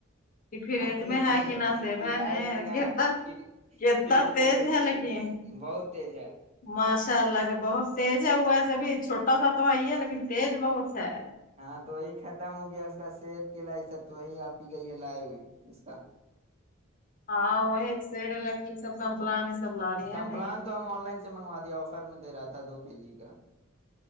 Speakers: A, on the left (about 40°); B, on the right (about 30°).
A: کہ فریج
B: اپنے
A: میں
B: سے
A: ہے کہ نہ سیب
B: کہ ہے
A: ن
B: کہ نہ
A: کتنا
B: پھر
A: کتنا
B: فریج
A: تیز
B: ول کے
A: ہے
B: کہ
A: لیکن
B: بہت تیج ہے
A: ماشاء اللہ کہ بہت تیز ہے ہوا ہے سبھی چھوٹا سا تو ہےئی ہے لیکن تیز بہت ہے
B: ہاں تو وہی ختم ہو گیا اس کا سیب ک لائی سب تو وہی آپی گئی ہے لائے ہوئے اس کا
A: ہاں وہ س الٹر سب کمپلانی سب لا رہی
B: کمپلان
A: ہے ن
B: تو ہم آن لائن سے منگوا دیا آفر میں دے رہا تھا دو کے جی کا